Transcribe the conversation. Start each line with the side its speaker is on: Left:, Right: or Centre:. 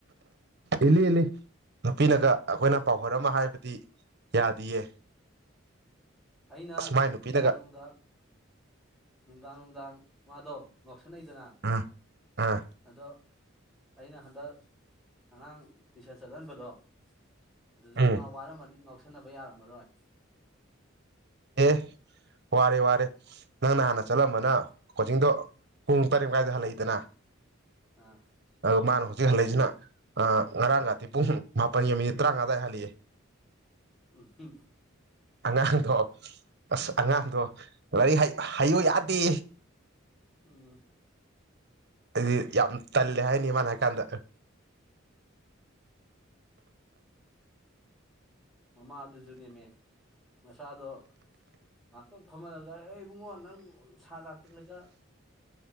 Right: ꯏꯜꯂꯤ ꯏꯜꯂꯤ ꯄꯤꯅꯒ ꯑꯩꯈꯣꯏꯅ ꯄꯥꯎꯍꯔ ꯑꯃ ꯍꯥꯏꯕ ꯇꯤ ꯌꯥꯗꯤꯌꯦ
Centre: ꯑꯩꯅ
Right: ꯑꯁ ꯃꯥꯏ ꯅꯨꯄꯤꯅꯒ
Centre: ꯅꯨꯡꯗꯥꯡꯗ ꯅꯨꯡꯗꯥꯡ ꯅꯨꯡꯗꯡ ꯃꯥꯗꯣ ꯁꯅꯩꯗꯅ
Right: ꯑꯥ ꯑꯥ
Centre: ꯑꯗꯣ ꯑꯩꯅ ꯍꯟꯗꯛ ꯑꯉꯥꯡ ꯇꯨꯁꯟ ꯆꯠꯍꯟꯕꯗꯣ ꯑꯗꯨꯗꯤ
Right: ꯎꯝ
Centre: ꯃꯥ ꯋꯥꯔꯝꯝꯕꯅꯤ ꯉꯥꯎꯁ ꯈꯅꯕ ꯌꯥꯔꯝꯃꯔꯣꯏ
Right: ꯑꯦ ꯋꯥꯔꯦ ꯋꯥꯔꯦ ꯅꯪꯅ ꯍꯥꯟꯅ ꯆꯠꯂꯝꯝꯕꯅ ꯀꯣꯆꯤꯡꯗꯣ ꯄꯨꯡ ꯇꯔꯦꯠꯥꯏꯗ ꯍꯜꯂꯛꯏꯗꯅ
Centre: ꯑꯥ
Right: ꯑꯣ ꯃꯥꯅ ꯍꯧꯖꯤꯛ ꯍꯜꯂꯛꯏꯁꯤꯅ ꯑ ꯉꯔꯥꯡꯒ ꯊꯤ ꯄꯨꯡ ꯃꯍꯥꯛꯄ ꯌꯦꯃꯤ ꯇꯔꯥꯡꯒꯗ ꯍꯜꯂꯤ
Centre: ꯎꯝ ꯎ
Right: ꯑꯉꯥꯡꯗꯣ ꯑꯁ ꯑꯉꯥꯡꯗꯣ ꯂꯔꯤꯛ ꯍꯥꯏꯌꯨ ꯌꯥꯗꯦ
Centre: ꯎꯝ
Right: ꯑꯗꯨ ꯌꯥꯝ ꯇꯜꯂꯦ ꯍꯥꯏꯅꯤ ꯃꯅ ꯀꯥꯟꯗ
Centre: ꯃꯃꯥ ꯑꯗꯨꯁꯨ ꯅꯦꯝꯃꯦ ꯃꯆꯥꯗꯣ ꯉꯥꯏꯍꯥꯛꯇꯪ ꯐꯝꯍꯜꯂꯒ ꯑꯩ ꯏꯕꯨꯡꯉꯣ ꯅꯪ ꯁꯥ ꯂꯥꯛꯇ꯭ꯔꯤꯉꯩꯗ